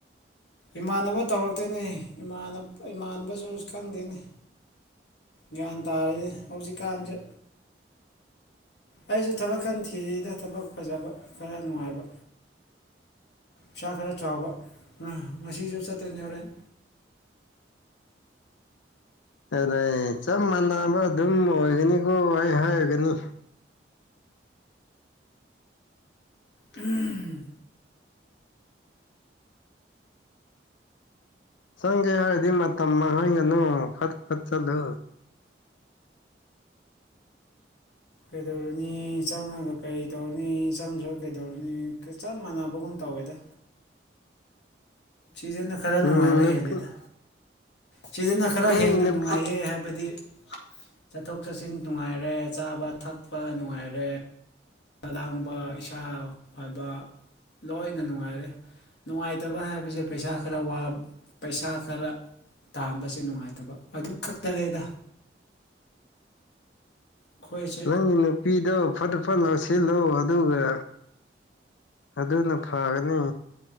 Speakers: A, on the left (about 70°); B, on the left (about 85°).
A: ꯏꯃꯥꯟꯅꯕ ꯇꯧꯔꯛꯇꯣꯏꯅꯤ ꯏꯃꯥꯟꯅꯕꯁꯨ ꯈꯪꯗꯦꯅꯤ ꯒ꯭ꯌꯥꯟ ꯇꯥꯔꯗꯤ ꯍꯧꯖꯤꯛꯀꯥꯟꯁꯦ ꯑꯩꯁꯨ ꯊꯕꯛꯀꯟꯊꯤꯔꯤꯗ ꯊꯕꯛ ꯐꯖꯕ ꯈꯔ ꯅꯨꯡꯉꯥꯏꯕ ꯄꯩꯥ ꯈꯔ ꯆꯥꯎꯕ ꯉꯁꯤꯁꯨ ꯆꯠꯇꯅ ꯍꯣꯔꯦꯟ
B: ꯑꯗꯩ ꯆꯞ ꯃꯥꯟꯅꯕ ꯑꯗꯨꯝ ꯑꯣꯏꯒꯅꯤꯀꯣ ꯑꯩ ꯍꯥꯏꯔꯒꯅꯤ
A: ꯎꯝ
B: ꯁꯪꯒꯦ ꯍꯥꯏꯔꯗꯤ ꯃꯇꯝ ꯍꯪꯒꯅꯨ ꯐꯠ ꯐꯠ ꯆꯠꯂꯨ
A: ꯀꯩꯗꯧꯔꯅꯤ ꯆꯪꯉꯒ ꯀꯔꯤ ꯇꯧꯔꯅꯤ ꯆꯪꯗ꯭ꯔꯒ ꯀꯩꯗꯧꯔꯅꯤ ꯆꯞ ꯃꯥꯟꯅꯕꯒꯨꯝ ꯇꯧ ꯇꯋꯦꯗ ꯁꯤꯖꯟꯅ ꯈꯔ
B: ꯎꯝ
A: ꯅꯨꯡꯉꯥꯏꯕ
B: ꯅꯨꯄꯤ
A: ꯍꯦꯜꯂꯦꯗ ꯁꯤꯗꯅ ꯈꯔ
B: ꯅꯪꯒꯤ
A: ꯍꯦꯟꯅ
B: ꯅꯨꯄꯤ
A: ꯅꯨꯡꯉꯥꯏꯌꯦ ꯍꯥꯏꯕꯗꯤ ꯆꯠꯊꯣꯛ ꯆꯠꯁꯤꯟ ꯅꯨꯡꯉꯥꯏꯔꯦ ꯆꯥꯕ ꯊꯛꯄ ꯅꯨꯡꯉꯥꯏꯔꯦ ꯂꯥꯡꯕ ꯏꯁꯥ ꯐꯕ ꯂꯣꯏꯅ ꯅꯨꯡꯉꯥꯏꯔꯦ ꯅꯨꯡꯉꯥꯏꯇꯕ ꯍꯥꯏꯕꯁꯦ ꯄꯩꯁꯥ ꯈꯔ ꯋꯥꯕ ꯄꯩꯁꯥ ꯈꯔ ꯇꯥꯥꯟꯕꯁꯦ ꯅꯨꯡꯉꯥꯏꯇꯕ ꯑꯗꯨ ꯈꯛꯇꯅꯦꯗ ꯑꯩꯈꯣꯏꯁꯦ
B: ꯅꯪꯒꯤ ꯅꯨꯄꯤꯗꯣ ꯐꯠ ꯐ ꯐꯠ ꯂꯧ ꯁꯤꯜꯂꯨ ꯑꯗꯨꯒ ꯑꯗꯨꯅ ꯐꯒꯅꯤ